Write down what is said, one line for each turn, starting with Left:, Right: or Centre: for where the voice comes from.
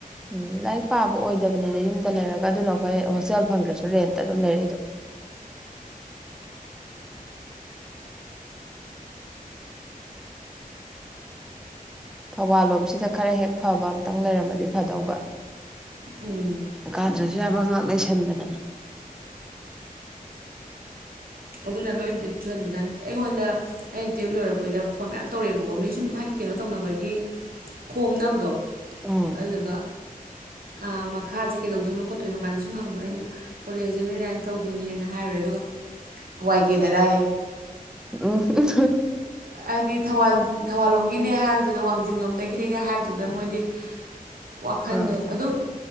Centre: ꯎꯝ ꯂꯥꯏꯔꯤꯛ ꯄꯥꯕ ꯑꯣꯏꯗꯕꯅꯤꯗ ꯌꯨꯝꯗ ꯂꯩꯔꯒ ꯑꯗꯨꯅ ꯑꯩꯈꯣꯏ ꯍꯣꯁꯇꯦꯜ ꯐꯪꯗ꯭ꯔꯁꯨ ꯔꯦꯟꯇ ꯑꯗꯨꯝ ꯂꯩꯔꯛꯏꯗꯣ ꯊꯧꯕꯥꯜ ꯂꯣꯝꯁꯤꯗ ꯈꯔ ꯍꯦꯛ ꯐꯕ ꯑꯝꯇꯪ ꯂꯩꯔꯝꯃꯗꯤ ꯐꯗꯧꯕ
Right: ꯎꯝ
Centre: ꯀꯥꯗ꯭ꯔꯁꯨ ꯌꯥꯕ ꯉꯥꯛ ꯂꯩꯁꯟꯗꯅ
Right: ꯑꯗꯨꯅ ꯂꯣꯏ ꯕꯤꯠ ꯁꯨꯍꯟꯕꯖꯥꯠꯅꯦ ꯑꯩꯉꯣꯟꯗ ꯑꯩꯅ ꯇꯨꯌꯦꯞ ꯂꯣꯏꯔꯛꯄ ꯑꯩꯈꯣꯏꯗ ꯐꯣꯟ ꯃꯌꯥꯝ ꯇꯧꯔꯛꯑꯦꯕꯀꯣ ꯃꯤ ꯁꯨꯝ ꯍꯥꯏꯗꯤ ꯀꯩꯅꯣ ꯇꯧꯅꯕꯒꯤ ꯈꯣꯝꯅꯕꯗꯣ
Centre: ꯎꯝ
Right: ꯑꯗꯨꯗꯨꯒ ꯑ ꯃꯈꯥꯁꯦ ꯀꯩꯗꯧꯗꯣꯏꯅꯣ ꯈꯣꯠꯇꯣꯏꯅꯣ ꯀꯥꯏꯅ ꯁꯨꯝ ꯍꯪꯕ ꯑꯩꯅ ꯀꯣꯂꯦꯖ ꯖꯦꯅꯔꯦꯜ ꯂꯥꯏꯟ ꯇꯧꯗꯣꯏꯅꯦꯅ ꯍꯥꯏꯔꯨꯔꯦ ꯑꯗꯨꯒ ꯋꯥꯏ ꯀꯦꯗꯔꯑꯦ
Centre: ꯎꯝ <inaudible>
Right: ꯍꯥꯏꯗꯤ ꯊꯧꯕꯜ ꯊꯧꯕꯥꯜꯂꯣꯝꯒꯤꯅꯦ ꯍꯥꯏꯕ ꯑꯗꯨꯗ ꯋꯥꯡꯖꯤꯡꯡꯂꯣꯝꯗꯒꯤꯅꯦꯒ ꯍꯥꯏꯕꯗꯨꯗ
Centre: ꯑꯗꯨ
Right: ꯃꯣꯏꯗꯤ
Centre: ꯃꯊꯥ
Right: ꯋꯥꯈꯟꯗꯣ
Centre: ꯑꯥ
Right: ꯑꯗꯨꯝ